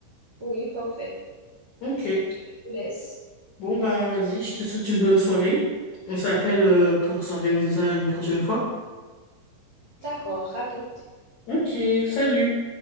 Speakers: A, on the right (about 50°); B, on the left (about 70°).
A: Oui, parfait.
B: Ok,
A: Je te laisse.
B: bon, bah, vas-y, je te souhaite une bonne soirée. On s'appelle euh, pour s'organiser ça une prochaine fois.
A: D'accord, à toutes.
B: Ok, salut!